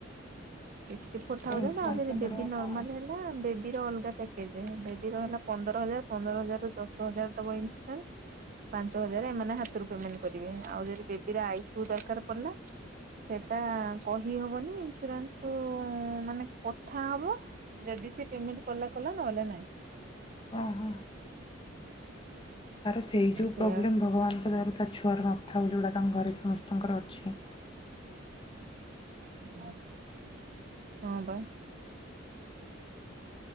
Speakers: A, on the right; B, on the left.
A: ସିକ୍ସଟି ଫୋର ଥାଉଜେଣ୍ଡ
B: ଇନ୍ସୁରାନ୍ସ
A: ନା ଆଉ ଯଦି
B: ମିଳିବ
A: ବି ନର୍ମାଲ
B: କଣ?
A: ହେଲେ ନା ବେବି ର ଅଲଗା ପ୍ୟାକେଜ ବେବି ର ହେଲା ପନ୍ଦର ହଜାର ପନ୍ଦର ହଜାର ରୁ ଦଶ ହଜାର ଦବ ଇନ୍ସୁରାନ୍ସ ପାଞ୍ଚ ହଜାର ଏମାନେ ହାତରୁ ପେମେଣ୍ଟ କରିବେ ଆଉ ଯଦି ବେବିର ଆଇସିୟୁ ଦରକାର ପଡିଲା ସେଟା କହି ହବନି ଇନ୍ସୁରାନ୍ସ ଓ ମାନେ ପଠା ହେବ ଯଦି ସେ ପେମେଣ୍ଟ କଲା କଲା ନହେଲେ ନାଇଁ?
B: ଓହୋ ତାର ସେଇ ଯେଉଁ
A: ସେଇଆଉ
B: ପ୍ରୋବ୍ଲେମ୍ ଭଗବାନଙ୍କ ଦୟାରୁ ତା ଛୁଆର ନଥାଉ ଯଉଟା ତାଙ୍କ ଘରେ ସମସ୍ତଙ୍କର ଅଛି
A: ଓଃ ହଁ ବା